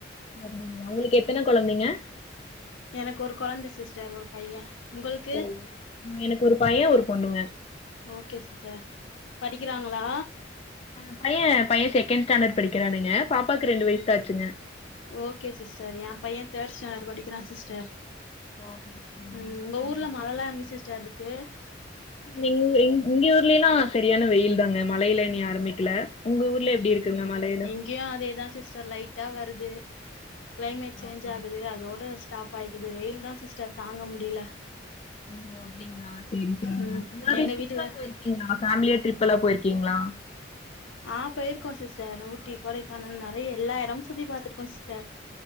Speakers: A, on the left (about 30°); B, on the left (about 85°).
A: அப்டிங்களா உங்களுக்கு எத்தன கொழந்தைங்க
B: எனக்கு ஒரு கொழந்த சிஸ்டர் ஒரு பைய உங்களுக்கு
A: ஓ எனக்கு ஒரு பைய ஒரு பொண்ணுங்க
B: ஓகே சிஸ்டர் படிக்கிறாங்களா
A: ஆ பைய பைய செகண்ட் ஸ்டாண்டர்டு படிக்கிறானுங்க பாப்பாவுக்கு ரெண்டு வயசுதா ஆச்சுங்க
B: ஓகே சிஸ்டர் எ பைய தேர்டு ஸ்டாண்டர்டு படிக்கிறா சிஸ்டர்
A: ஓஹோ
B: ம் உங்க ஊர்ல மழலா எப்டி சிஸ்டர் இருக்கு
A: எங் எங் இங்க ஊர்லெல்லா செரியான வெயில் தாங்க மழையில இனி ஆரம்பிக்ல உங்க ஊர்ல எப்டி இருக்குங்க மழையில
B: இங்கையு அதேதா சிஸ்டர் லைட்டா வருது கிளைமேட்
A: ஓஹோ
B: சேஞ்ச்
A: அப்டிங்
B: ஆகுது அதோட ஸ்டாப் ப்பாய்க்குது வெயில்தா சிஸ்டர் தாங்க முடியல
A: ஓஹோ அப்படிங்களா சரி சரிங்க
B: ம்
A: எங்களாது
B: எங்க
A: ட்ரிப்ல்லா
B: வீட்டு
A: போயிருக்கீங்களா ஃபேமிலியா ட்ரிப்ல்லா போயிருக்கீங்களா
B: ஆ போயிருக்கோ சிஸ்டர் ஊட்டி கொடைக்கானல் நறைய எல்லா எடமு சுத்தி பாத்திருக்கோ சிஸ்டர்